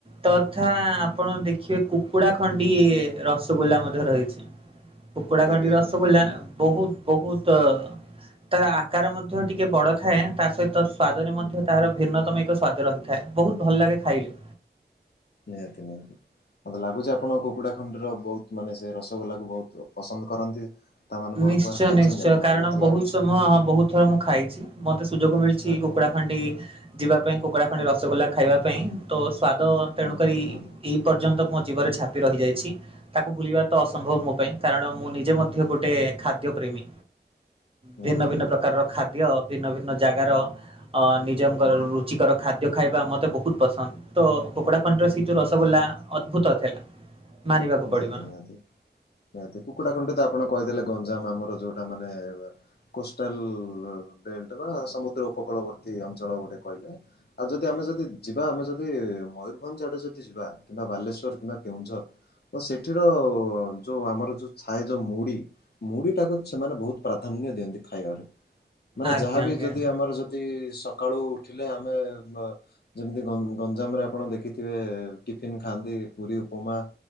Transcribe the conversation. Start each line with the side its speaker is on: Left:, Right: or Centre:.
Right: ତଥା ଆପଣ ଦେଖିବେ କୁକୁଡା ଖଣ୍ଡି ରସଗୋଲା ମଧ୍ୟ ରହିଚି। କୁକୁଡ଼ା ଖଣ୍ଡି
Left: ଆଜ୍ଞା
Right: ରସ
Left: ଆଜ୍ଞା
Right: ଗୋଲା
Left: ହଁ ହଁ
Right: ବହୁତ ବହୁତ ତ ତାର ଆକାର ମଧ୍ୟ ଟିକେ ବଡ଼ ଥାଏ ତା ସହିତ ସ୍ଵାଦରେ
Left: ହୁଁ
Right: ମଧ୍ୟ
Left: ହୁଁ
Right: ତାର
Left: ହୁଁ
Right: ଭିନ୍ନତମ ଏକ ସ୍ଵାଦ ରହିଥାଏ ବହୁତ ଭଲ ଲାଗେ ଖାଇଲେ।
Left: ନିହାତି ନିହାତି। ମୋତେ ଲାଗୁଛି ଆପଣ କୁକୁଡ଼ା ଖଣ୍ଡିର ବହୁତ ମାନେ ସେ ରସଗୋଲାକୁ ବହୁତ ପସନ୍ଦ କରନ୍ତି। ତାମାନେ ବହୁତ
Right: ନିଶ୍ଚୟ
Left: ବାର ଖାଇଛନ୍ତି
Right: ନିଶ୍ଚୟ
Left: ଆପଣ
Right: କାରଣ
Left: ମତେ
Right: ବହୁତ
Left: ଲାଗୁଛି
Right: ସମୟ ବହୁତ ଥର ମୁଁ ଖାଇଚି। ମତେ ସୁଯୋଗ ମିଳଛି
Left: ଆଜ୍ଞା।
Right: କୁକୁଡା ଖଣ୍ଡି ଯିବା ପାଇ କୁକୁଡ଼ା ଖଣ୍ଡି ରସଗୋଲା ଖାଇବା ପାଇଁ ତ ସ୍ୱାଦ ତେଣୁକରି
Left: ହୁଁ ହୁଁ ହୁଁ
Right: ଏହି ପର୍ଯ୍ୟନ୍ତ ମୋ ଜୀବରେ ଛାପି ରହିଯାଇଛି ତାକୁ ଭୁଲିବା ତ ଅସମ୍ଭବ ମୋ ପାଇଁ କାରଣ ମୁଁ ନିଜେ ମଧ୍ୟ ଗୋ ଟେ ଖାଦ୍ୟ ପ୍ରେମୀ
Left: ନିହାତି
Right: ଭିନ୍ନ ଭିନ୍ନ
Left: ନିହାତି
Right: ପ୍ରକାରର ଖା ଦ୍ୟ ଭିନ୍ନ ଭିନ୍ନ ଜାଗାର ଆ ନିଜଙ୍କର
Left: ହୁଁ ହୁଁ
Right: ରୁ ଚିକର ଖାଦ୍ୟ ଖାଇବା ମୋତେ ବହୁତ ପସନ୍ଦ ତ କୁକୁଡ଼ା ଖଣ୍ଡିର ସେ ଯେଉଁ
Left: ହୁଁ
Right: ରସଗୋଲା
Left: ହୁଁ
Right: ଅଦ୍ଭୁତ ଥିଲା। ମାନିବାକୁ
Left: ନିହାତି-
Right: ପଡିବ
Left: ନିହାତି -ନିହାତି କୁକୁଡ଼ା ଖଣ୍ଡି ତ ଆପଣ କହିଦେଲେ ଗଞ୍ଜାମ୍ ଆମର ଯଉଟା ମାନେ କୋଷ୍ଟାଲ୍ ବେଲ୍ଟ ବା ସମୁଦ୍ର ଉପକୂଳବର୍ତ୍ତୀ ଅଞ୍ଚଳ ଗୋଟେ କହିଲେ। ଆଉ ଯଦି ଆମେ ଯଦି ଯିବା ଆମେ ଯଦି ମୟୂରଭଞ୍ଜ୍ ଆଡେ ଯଦି ଯିବା କିମ୍ବା ବାଲେଶ୍ୱର କିମ୍ବା କେଉଁଝର୍ ତ ସେଠିର ଯଉ ଆମର ଯଉ ଛାଏ ଯଉ ମୁଢି ମୁଢିଟାକୁ ସେମାନେ ବହୁତ୍ ପ୍ରାଧାନ୍ୟ ଦିଅନ୍ତି ଖାଇବାରେ ମାନେ
Right: ଆଜ୍ଞା
Left: ଯାହାବି
Right: ଆଜ୍ଞା
Left: ଯଦି ଆମର ଯ ଯଦି ସକାଳୁ ଉଠିଲେ ଆମେ ମ ଯେମିତି ଗଁ- ଗଞ୍ଜାମରେ ଆପଣ ଦେଖିଥିବେ ଟିଫିନ୍ ଖାଆନ୍ତି ପୁରୀ, ଉପମା